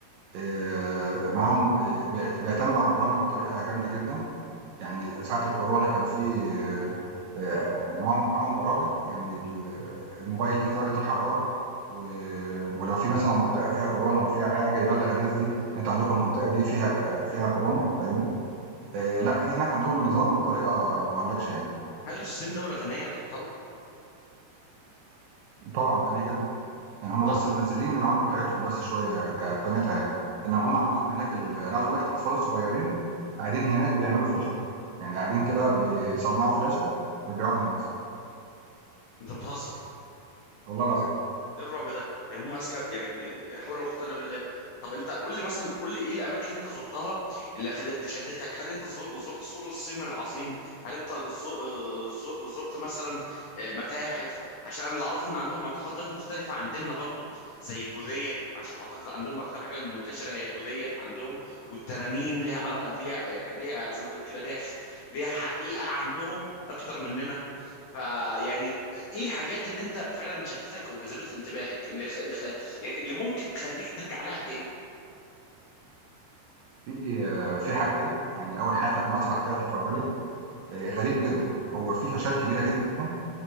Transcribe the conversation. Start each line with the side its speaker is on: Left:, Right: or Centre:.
Right: آآ معاهم آآ بيعت بيعتمدوا على البرامج بطريقة جامدة جدًا، يعني ساعة الكورونا كان في آآ معاهم معاهم برامج يعني ال الموبايل يقيس درجة الحرارة، و ولو في مثلًا منطقة فيها كورونا أو فيها حاجة يبلّغ الناس دي إن أنتم عندكم المنطقة دي فيها ك آه، فيها كورونا، فاهمني؟ آآ لأ، في هناك عندهم النظام بطريقة ما أقولكش يعني،
Left: هل الصين دولة غنية تعتبر؟
Right: وطبعًا غنية جدًا، يعني هُم
Left: طب
Right: بس منزّلين العملة بتاعتهم بس شوية كقيمتها يعني، إنّما هُم عندهم هناك ال أنا عايز أقول لك الأطفال الصغيّرين قاعدين هناك بيعملوا فلاشات، يعني قاعدين كده بيصنّعوا فلاشة ويبيعوها للناس،
Left: انت بتهزر
Right: والله العظيم.
Left: ايه الرعب ده يعني هم اذكى يعني يعني حول ولا قوه الا بالله طب انت قول لي مثلا قول لي ايه الاماكن اللي انت زرتها اللي خل... اللي شدتك هل انت زو- زرت سور الصين العظيم هل انت زو... آه، زو... زرت مثلا آه، متاحف عشان انا اللي اعرفه ان عندهم معتقدات مختلفه عن ديننا برضو زي البوذيه عشان اعتقد عندهم اكتر حاجه المنتشره هي البوذيه عندهم والتنانين ليها علاقه ليها يعني ليها زي ما تقول كده ليها خ- ليها حقيقه عندهم اكتر مننا فيعني ايه الحاجات اللي انت فعلا شدتك وجذبت انتباهك اللي خ... اللي خ... يعني اللي ممكن تخليك ترجع لها تاني
Right: في آه، في حاجتين، يعني أول حاجة كانت مسرح كده تفاعلي آآ غريب جدًا، هو في شاشات كبيرة جدًا